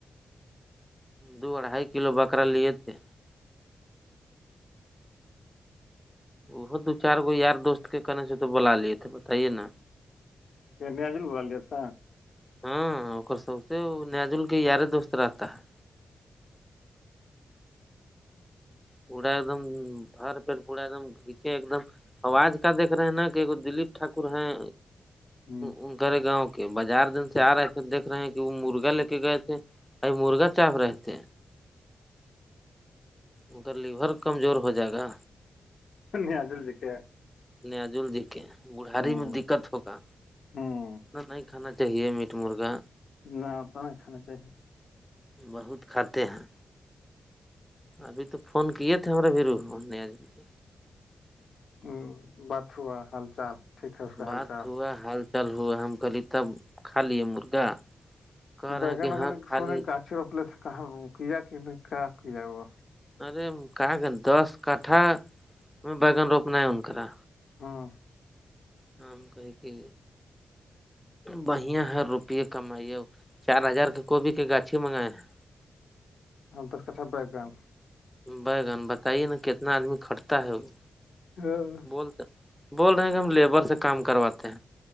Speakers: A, in the centre; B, on the left (about 70°).
A: دو اھائی کلو بکرا لیے تھے وہ دو چار گو یار دوست کے کہنے سے تو بلا لیے تھے بتائیے نا
B: پ نیازل بوول رہیے تھا
A: ہاں اور سو سے نزل کے یارے دوست رہتا ہے پورا ایک دم فار پیر پورا ایک دم پیچھے ایک دم آواز کا دیکھ رہے ہیں نا کہ دلیپ ٹھاکر ہیں
B: ہوں
A: ان کرے گاؤں کے بازار دن سے آ رہے پ دیکھ رہے ہیں کہ وہ مرغا لے کے گئے تھے اائی مرغا چ آپ رہتے ان کا لیور کمزور ہو جائے گا
B: نیاجل جکے ہے
A: نجول جی کے بوڑھاری
B: ہوں
A: میں دقت ہوگا
B: ہوں
A: نہیں کھانا چاہیے میٹ مرغا
B: نہت نہیں کھانا چاہیے
A: بہت کھاتے ہیں ابھی تو فون کیے تھے ہمارا بھییرو ہم نہیں آج بھی تھے
B: ہ باتھوا حال چال ٹھیک ہے اس کا
A: بات
B: ہال چال
A: ہوا حال چال ہوا ہم کے تب کھا لے مرغا کہہ رہے
B: بگن
A: ہیں کہ
B: وگین
A: ہاں کھا
B: سونے
A: لیے
B: گاچھھی روپ لیے تھے کہاں کیا کہ نہیں کیا کیا ہوا
A: ارے کہ کہ دس کٹھا میں بیگن روپنا ہے انکرا
B: ہاں
A: ہمم کہیں کہ بڑھیا ہے روپیے کمائیے چار ہزار کا گبھی کے گاچھی منگائے ہیں
B: ہاں دس کٹھا ب گان
A: بیگن بتائیے نا کتنا آدمی کھٹتا ہے وہ
B: ہاں
A: بولتے بول رہے ہیں کہ ہم لیبر سے کام کرواتے ہیں